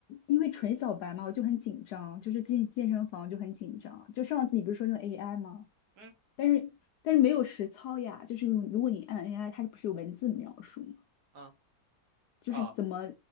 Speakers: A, on the left; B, on the right.
A: 因为纯小白嘛，我就很紧张，就是进健身房就很紧张。就上次你不是说用 AI 吗？
B: 嗯
A: 但是但是没有实操呀，就是如果你按 AI，它不是有文字描述吗？
B: 嗯
A: 就是怎么
B: 啊，